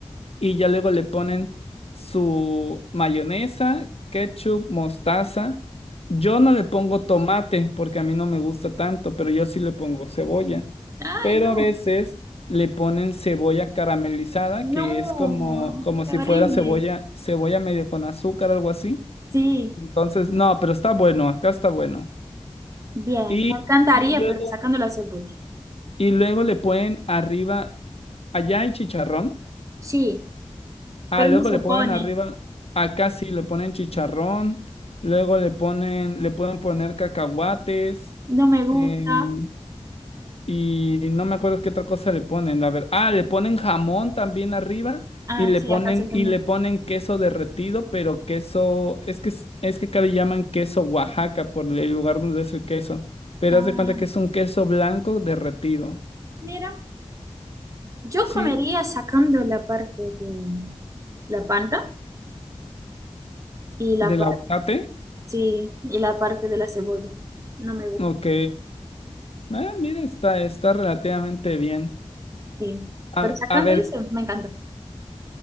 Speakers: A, on the left; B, on the right.
A: y ya luego le ponen su mayonesa, ketchup, mostaza. Yo no le pongo tomate porque a mí no me gusta tanto, pero yo sí le pongo cebolla.
B: Ay,
A: Pero
B: no,
A: a veces le ponen cebolla caramelizada,
B: no,
A: que es como, como
B: qué
A: si
B: horrible.
A: fuera cebolla, cebolla medio con azúcar, algo así.
B: Sí,
A: Entonces, no, pero está bueno, acá está bueno.
B: bien,
A: Y,
B: me encantaría,
A: y luego,
B: pero sacando la cebolla.
A: y luego le ponen arriba, allá hay chicharrón.
B: Sí,
A: Ah,
B: pero
A: luego
B: no se
A: le
B: pone,
A: ponen arriba, acá sí le ponen chicharrón. Luego le ponen, le pueden poner cacahuates.
B: no me gusta.
A: eh, y no me acuerdo qué otra cosa le ponen. A ver, ah, le ponen jamón también arriba.
B: Ah,
A: Y le
B: sí,
A: ponen,
B: acá se también.
A: y le ponen queso derretido, pero queso, es que es, es que acá le llaman queso Oaxaca por el lugar donde es el queso. Pero
B: Ah,
A: haz de cuenta que es un queso blanco derretido.
B: mira, yo
A: Sí,
B: comería sacando la parte de la panta y la
A: ¿Del
B: parte,
A: aguacate?
B: sí, y la parte de la cebolla. No me gusta,
A: Ok. Ah, mira, está, está relativamente bien.
B: sí.
A: A,
B: Pero sacando
A: a ver
B: eso, me encanta.